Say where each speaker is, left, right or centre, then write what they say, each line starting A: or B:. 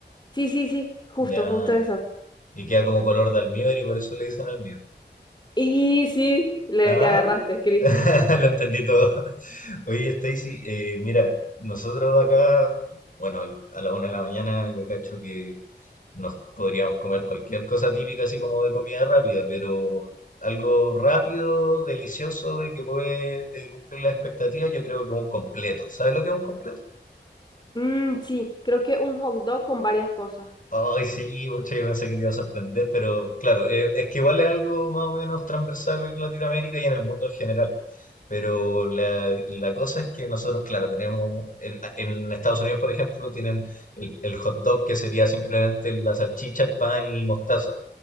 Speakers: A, on the left; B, on the left.
A: sí, sí, sí, justo,
B: Ya,
A: justo
B: ya.
A: eso.
B: Y queda como color de almíbar y por eso le dicen almíbar.
A: Y sí, le,
B: Ah,
A: le agarraste,
B: mira.
A: Cris.
B: <laughs> Lo entendí todo. Oye, Stacy, eh, mira, nosotros acá, bueno, a la una de la mañana yo cacho que nos podríamos comer cualquier cosa típica, así como de comida rápida, pero algo rápido, delicioso y que puede eh, cumplir las expectativas, yo creo que un completo. ¿Sabes lo que es un completo?
A: Mm, sí, creo que un hot dog con varias cosas.
B: Ay, sí, mucha, yo pensé que te iba a sorprender, pero claro, eh, es que igual es algo más o menos transversal en Latinoamérica y en el mundo en general. Pero la, la cosa es que nosotros, claro, tenemos, en, en Estados Unidos, por ejemplo, tienen el, el hot dog que sería simplemente la salchicha, el pan y mostaza.